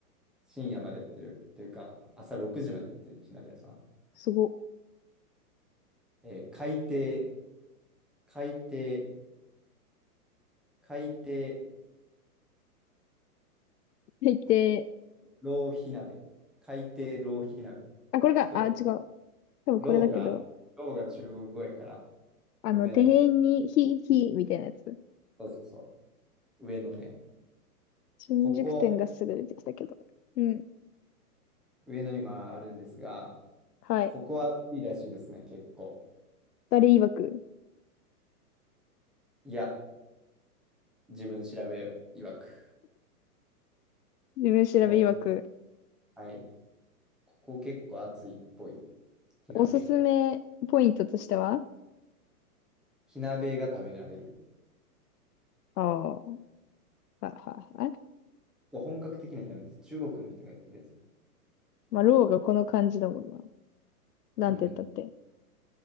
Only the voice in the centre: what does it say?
深夜までやってる。というか、朝6時までやってる火鍋屋さん。
えー海底、海底海底
浪費鍋。海底浪費鍋。
ちょっと、
浪が、浪が中国語やから
読めない。
そうそうそう。上野店。
ここ、
上野にもあるんですが、
ここは暑いらしいですね、結構。
いや、自分調べ曰く。
ここ、はい。ここ結構暑いっぽい。火鍋。
火鍋が食べられる。
本格的な火鍋です。中国の人がやってるやつ。
うん。